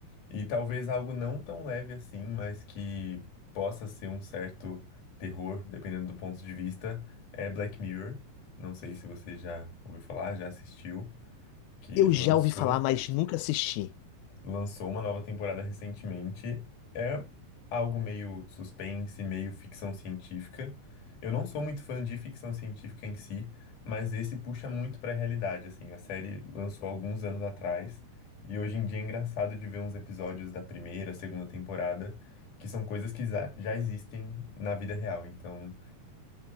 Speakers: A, on the left; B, on the left.
A: E talvez algo não tão leve assim, mas que possa ser um certo terror, dependendo do ponto de vista, é Black Mirror. Não sei se você já ouviu falar, já assistiu, que
B: Eu
A: lançou
B: já ouvi falar, mas nunca assisti.
A: lançou uma nova temporada recentemente. É algo meio suspense, meio ficção científica. Eu não sou muito fã de ficção científica em si, mas esse puxa muito pra realidade, assim. A série lançou alguns anos atrás e hoje em dia é engraçado de ver uns episódios da primeira, segunda temporada que são coisas que za- já existem na vida real. Então,